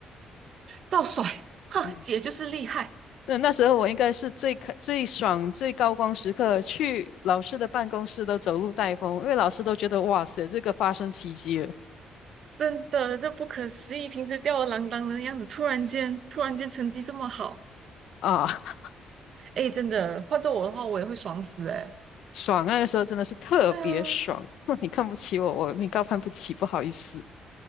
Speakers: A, on the right; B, on the left.
A: 照甩，哈，
B: 嗯，
A: 姐就是厉害，
B: 那那时候我应该是最开最爽、最高光时刻，去老师的办公室都走路带风，因为老师都觉得哇塞，这个发生奇迹了
A: 真的，这不可思议，平时吊儿郎当的样子，突然间突然间成绩这么好，
B: 啊，<laughs>
A: 哎，真的，换做我的话，我也会爽死哎。
B: 爽！那个时候真的是特别爽。
A: 对啊。
B: <laughs> 那你看不起我，我你高攀不起，不好意思